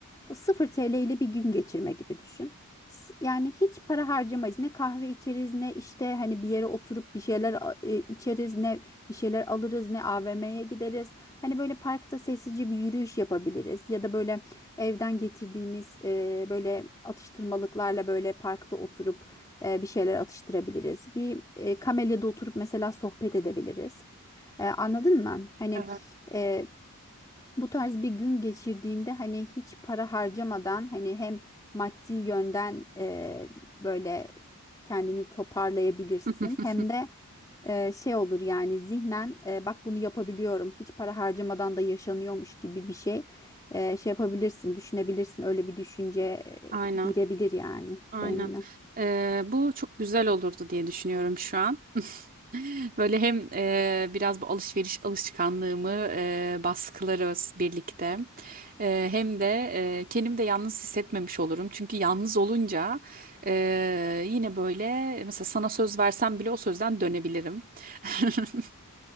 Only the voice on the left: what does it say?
o 0 TL ile bir gün geçirme gibi düşün. S- Yani hiç para harcamayız. Ne kahve içeriz, ne işte hani bir yere oturup bir şeyler a- e, içeriz, ne bir şeyler alırız, ne AVM'ye gideriz. Hani böyle parkta sessizce bir yürüyüş yapabiliriz ya da böyle Evden getirdiğimiz e, böyle atıştırmalıklarla böyle parkta oturup e, bir şeyler atıştırabiliriz. Bir e, kamelyada oturup mesela sohbet edebiliriz. E, anladın mı? Hani
e, bu tarz bir gün geçirdiğinde hani hiç para harcamadan hani hem maddi yönden e, böyle kendini toparlayabilirsin
hem de e, şey olur yani zihnen e, bak bunu yapabiliyorum hiç para harcamadan da yaşanıyormuş gibi bir şey e, şey yapabilirsin düşünebilirsin öyle bir düşünce e,
girebilir yani
beynine.